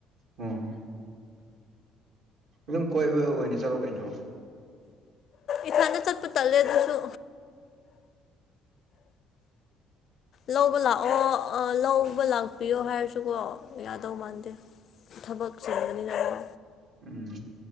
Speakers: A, on the right; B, on the left.
A: ꯑꯎ ꯑꯗꯨꯝ ꯀꯣꯏꯕ ꯑꯣꯏꯅ ꯆꯠꯂꯣ ꯀꯩꯅꯣ
B: ꯏꯊꯟꯗ ꯆꯠꯄ ꯇꯠꯂꯦ ꯑꯗꯨꯁꯨ ꯂꯧꯕ ꯂꯥꯛꯑꯣ ꯑꯥ ꯂꯧꯕ ꯂꯥꯛꯄꯤꯌꯣ ꯍꯥꯏꯔꯁꯨꯀꯣ ꯌꯥꯗꯧ ꯃꯥꯟꯗꯦ ꯊꯕꯛ ꯆꯤꯟꯕꯅꯤꯅꯥꯀꯣ
A: ꯎꯝ